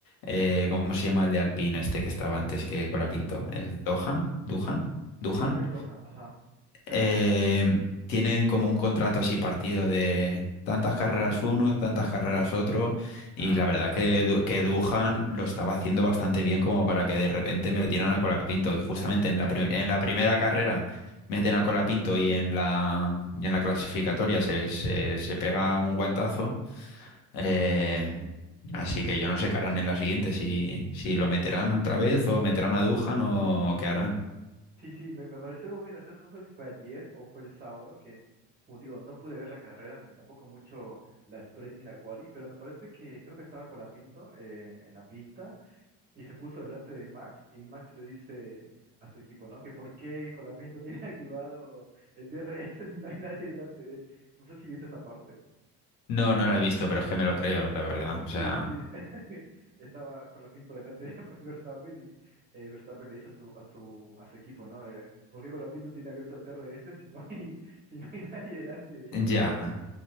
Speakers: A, on the left (about 85°); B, on the right (about 25°).
A: eh, ¿cómo se llama el de Alpine este que estaba antes que Colapinto? ¿El Dohan? ¿Duhan? ¿Duhan?
B: Sí, creo que es Dohan, ajá. Jack
A: eh,
B: Dohan.
A: tienen como un contrato así partido de tantas carreras uno, tantas carreras otro, y
B: Ah,
A: la verdad
B: vale,
A: que,
B: vale.
A: Du- que Duhan lo estaba haciendo bastante bien como para que de repente metieran a Colapinto, y justamente
B: <laughs>
A: en la, pri- en la primera carrera meten a Colapinto y en la, y en la clasificatoria se, se, se pega un guantazo. eh, Así que yo no sé qué harán en la siguiente, si, si lo meterán otra vez o meterán a Duhan o qué harán.
B: Sí, sí, me, me pareció algo muy gracioso. No sé si fue ayer o fue el sábado, que, como digo, no pude ver la carrera ni tampoco mucho la sprint ni la quali, pero me parece que creo que estaba Colapinto eh, en la pista. Y se puso delante de Max y Max le dice a su equipo, ¿no? Que por qué Colapinto tiene <laughs> activado el D R S si no hay nadie delante de él. No sé si viste esa parte.
A: No, no la he visto, pero es que me lo creo, la verdad. O sea,
B: Sí, sí. <laughs> Estaba Colapinto delante de Max Verstappen y eh, Verstappen le dice a su, a su, a su equipo, ¿no? Eh, ¿por qué Colapinto tiene abierto el D R S si no hay, si no hay <laughs> nadie delante de
A: Ya,
B: él, la verdad?